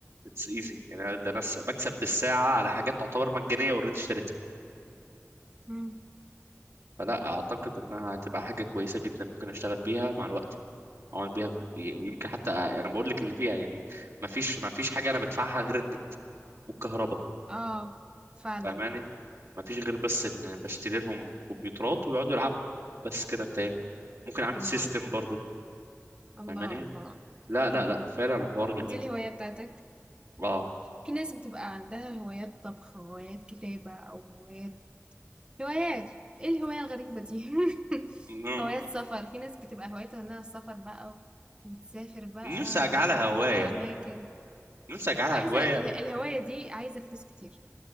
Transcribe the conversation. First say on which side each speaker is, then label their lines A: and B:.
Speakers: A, on the right; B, on the right.
A: it's easy يعني ده انا س- بكسب بالساعه على حاجات تعتبر مجانيه اوريدي اشتريتها
B: إمم.
A: فلا اعتقد انها هتبقى حاجه كويسه جدا ممكن اشتغل بيها مع الوقت اعمل بيها فلو- ي- يمكن حتى أ- انا بقول لك اللي فيها يعني ما فيش ما فيش حاجه انا بدفعها غير النت والكهرباء
B: آه، فعلًا
A: فاهماني
B: آه.
A: ما فيش غير بس ان بشتري لهم كمبيوترات ويقعدوا يلعبوا بس كده انتهينا ممكن اعمل
B: الله،
A: سيستم برضه
B: الله،
A: فاهماني
B: الله،
A: لا لا
B: الله.
A: لا فعلا الحوار جميل
B: دي الهواية بتاعتك؟
A: اه
B: في ناس بتبقى عندها هوايات طبخ، هوايات كتابة أو هوايات هوايات، إيه الهواية الغريبة دي؟ <laughs>
A: ن-
B: هوايات سفر، في ناس بتبقى هوايتها إنها السفر بقى وتسافر بقى
A: نفسي اجعلها
B: وتروح
A: هوايه
B: بقى أماكن.
A: نفسي اجعلها
B: عايزة
A: هوايه
B: ال الهواية دي عايزة فلوس كتير.